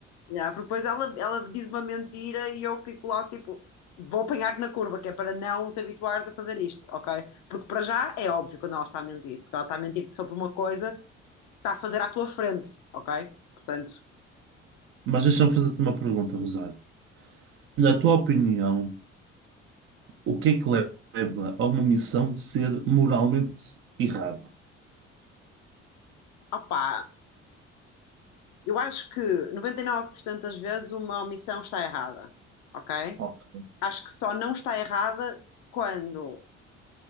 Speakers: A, on the left; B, on the right.
A: Yeah, porque depois ela, ela diz uma mentira e eu fico logo tipo, vou apanhar-te na curva, que é para não te habituares a fazer isto, ok? Porque para já é óbvio quando ela está a mentir, porque ela está a mentir-te sobre uma coisa, está a fazer à tua frente, ok? Portanto,
B: Mas deixa-me fazer-te uma pergunta, Rosário. Na tua opinião, o que é que leva a uma missão de ser moralmente errada?
A: opá, Eu acho que 99% das vezes uma omissão está errada, ok?
B: Ok,
A: Acho que só não está errada quando